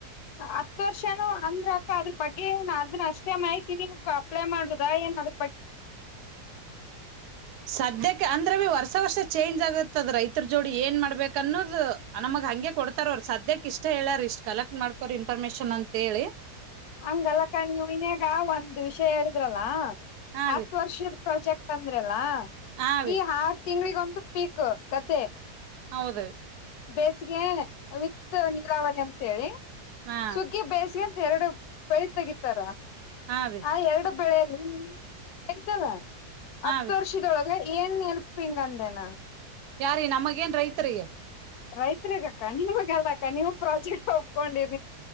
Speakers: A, on the left; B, on the right.
A: ಹತ್ತು ವರ್ಷನೂ ಅಂದ್ರ ಅಕ್ಕ ಅದ್ರ ಬಗ್ಗೆ ಏನ್ ಅದನ್ ಅಷ್ಟೇ ಮಾಹಿತಿ ನಿಮ್ಕ. ಪ್ಲೇ ಮಾಡುದಾ ಏನಾದ್ರ
B: ಸದ್ಯಕ್ಕೆ ಅಂದ್ರ ಬಿ ವರ್ಷ ವರ್ಷ ಚೇಂಜ್ ಆಗುತ್ತೆ ರೈತರ ಜೋಡಿ ಏನ್ ಮಾಡ್ಬೇಕ ಅನ್ನೋದು ಅ ನಮಗ್ ಹಂಗೆ ಕೊಡ್ತಾರ ಅವರು ಸದ್ಯಕ್ಕೆ ಇಷ್ಟ ಹೇಳಾರಿ ಇಷ್ಟ್ ಕಲೆಕ್ಟ್ ಮಾಡ್ಕೋರಿ ಇನ್ಫಾರ್ಮೇಶನ್ ಅಂತ ಹೇಳಿ
A: ಹಂಗಲ್ಲಕ್ಕ ನೀವು ಇನ್ಯಾಗ ಒಂದ್ ವಿಷಯ ಹೇಳಿದ್ರಲ್ಲ
B: ಹಾವಿ
A: ಹತ್ತ ವರ್ಷದ ಪ್ರಾಜೆಕ್ಟ್ ಅಂದ್ರೆ ಎಲ್ಲಾ
B: ಹಾವಿ
A: ಈ ಹಾರ್ ತಿಂಗಳಿಗೊಂದು ಪೀಕ್ ಗ್ದೆ
B: ಹೌದ
A: ಬೇಸಿಗೆ ವಿಥ್ ನೀರಾವರಿ ಅಂತ ಹೇಳಿ
B: ಹಾ
A: ಸುಗ್ಗಿ ಬೇಸಗೇ ಎರಡು ಬೆಳಿ ತೆಗಿತಾರ
B: ಹಾ ರೀ
A: ಹ ಎರಡು ಬೆಳೆ ನಿನ್ನಿಂದ ಆಯ್ತಲ್ಲ
B: ಹಾ
A: ಹತ್ತು
B: ರೀ
A: ವರ್ಷ ಇದೊಳಗೆ ಏನ್ ಹೆಲ್ಪಿಂಗ್ ಅಂದೆನ
B: ಯಾರಿ ನಮಗೇನ್ ರೈತರಿಗೆ
A: ರೈತ್ರಿಗ ಅಕ್ಕ ನಿಮಗಲ್ಲ ಅಕ್ಕ ನೀವು ಪ್ರಾಜೆಕ್ಟ್ ಒಪ್ಕೊಂಡಿದ